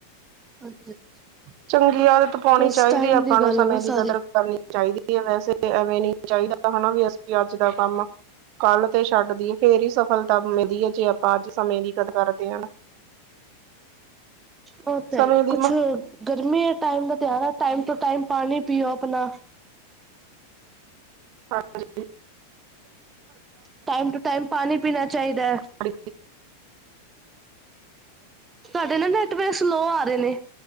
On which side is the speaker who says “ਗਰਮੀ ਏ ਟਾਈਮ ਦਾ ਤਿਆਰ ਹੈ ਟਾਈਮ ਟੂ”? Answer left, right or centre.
Right